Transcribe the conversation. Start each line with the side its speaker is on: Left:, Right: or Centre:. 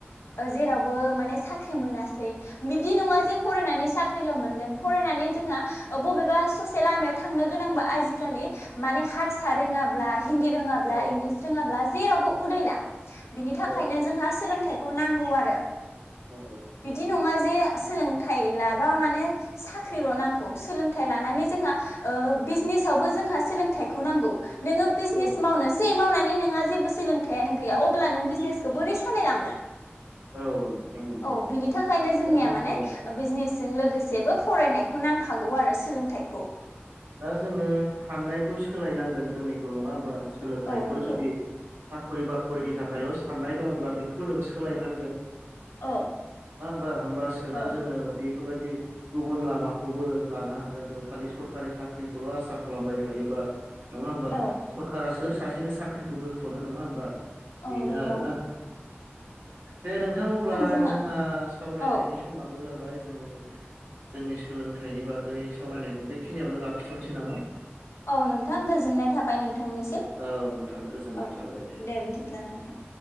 Left: जेरावबो माने साख्रि मोनासै बिदि नङा जे फरायनानै सा साख्रिल मोनगोन फरायनानै जोंहा बबेबा ससे लामायाव थांनो गोनांबा आजिखालि माने हारसा रोङाब्ला हिन्दी रोङाब्ला
Right: औ
Left: इंलिस रोङाब्ला जेरावबो उदाइला बिनि थाखायनो
Right: उदायलाय
Left: जोंहा सोलोंथाइ खौ नांगौ आरो
Right: औ
Left: बिदि नङाजे सोलोंथाय माने साख्रिल नांगौ सोलोंथाय लानानै जोंहा ओ बिजिनेसआवबो थाइखौ नांगौ नोङो बिजनेस
Right: औ
Left: मावनोसै मावनानै नोंहा जेबो सोलोंथाइयानो गैया अब्ला नों बिजनेसखौ बोरै लांनो
Right: औ नोंथां नंगौ
Left: औ बिनि थाखायनो जोंनिया
Right: दा
Left: माने
Right: औ
Left: बिजनेस जों लोगोसेबो फरायनायखौ नांफागौ आरो सोलोंथाइखौ
Right: दा जोङो साननायखौ सोलायनांगोन जोंनिखौ नङा होमबा सोलोंथाइखौ
Left: औ नंगौ
Right: जुदि साखरि बाखरिनि थाखायल साननाय दङब्ला बेफोरखौ जों सोलायनांगोन
Left: औ
Right: बा होमबासोना
Left: औ
Right: जोङो बेफोरबायदि गुबुन लामाखौबो लानो हागोन जों खालि सरकारि साख्रिखौल आसा खालामबाय थायोबा नङा होमबा
Left: औ
Right: सरकारा सोर सासेनो साख्रिखौ होथ्रनो नङा होमबा बेनो
Left: औ नांगौ
Right: आरोना दे नोंथां अब्ला
Left: जोंना
Right: जोंहा सावरायनायनि
Left: औ
Right: समाबो जाबाय बाय जों जोंनि सोलोंथाइनि बागै सावरायनायखौ बेखिनियावनो लाखिथनोसै नामा
Left: औ नोंथां गोजोननाय थाबाय नोंथांनिसिम
Right: औ नोंथां गोजोननाय
Left: औ
Right: थाबाय
Left: दे बिदिब्ला नोंथां